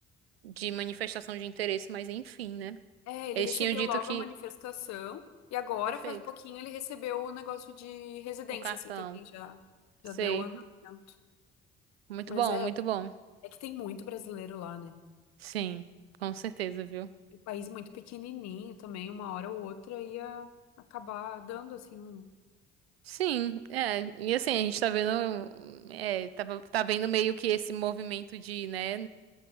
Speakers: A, on the right; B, on the left.
A: de manifestação de interesse, mas enfim, né?
B: É, ele
A: Eles
B: recebeu
A: tinham dito
B: logo
A: que.
B: a manifestação e agora,
A: Perfeito.
B: faz um pouquinho, ele recebeu o negócio de residência,
A: O cartão.
B: assim, também já,
A: Sei.
B: já deu andamento.
A: Muito
B: Mas
A: bom,
B: é,
A: muito bom.
B: é que tem muito brasileiro lá, né?
A: Sim, com certeza, viu?
B: E O país é muito pequenininho também, uma hora ou outra ia acabar dando, assim, um...
A: Sim, é, e assim, a gente tá vendo, é, tá, tá vendo meio que esse movimento de, né,